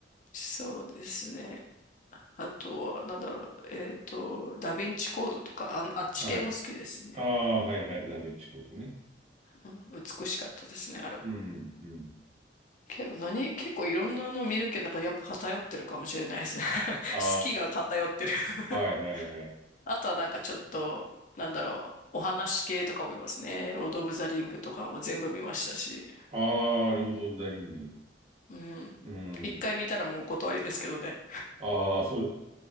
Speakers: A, on the left; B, on the right.
A: そうですね。あとは、なんだろう、えっと、ダヴィンチコードとか、あ、あっち系も好きですね。
B: はい。ああ、はいはい。ダヴィンチコードね。
A: うん、美しかったですね、あれ。
B: うん、うん。
A: 結構何、結構いろんなの見るけど、なんかやっぱ偏ってるかもしれないですね。<laughs>
B: あ
A: 好きが偏ってる <laughs>
B: あ、はいはいはい。
A: あとはなんかちょっと、なんだろう、お話系とかも見ますね。ロード・オブ・ザ・リングとかも全部見ましたし。
B: ああ、ロード・オブ・ザ・リング。
A: うん。
B: うん。
A: 一回見たらもうお断りですけどね。
B: ああ、そう、